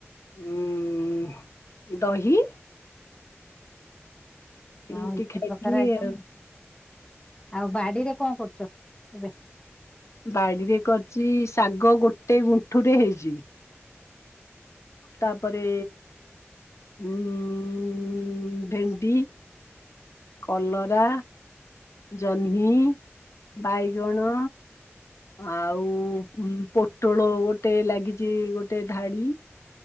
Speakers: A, on the left (about 80°); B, on the left (about 20°).
A: ଉ ଦହି। ଏମିତି
B: ଆଉ ଏତେ
A: ଖାଇଥିଲି
B: ପ୍ରକାର ଆଇଟମ୍।
A: ଆଉ
B: ଆଉ ବାଡିରେ କଣ କରୁଛ ଏବେ?
A: ବାଡିରେ କରିଛି ଶାଗ ଗୋଟେ ଗୁଣ୍ଠୁ ରେ ହେଇଛି। ତାପରେ ଉଁ ଭେଣ୍ଡି କଲରା ଜହ୍ନି ବାଇଗଣ ଆଉ ପୋଟଳ ଗୋଟେ ଲାଗିଛି ଗୋଟେ ଧାଡି।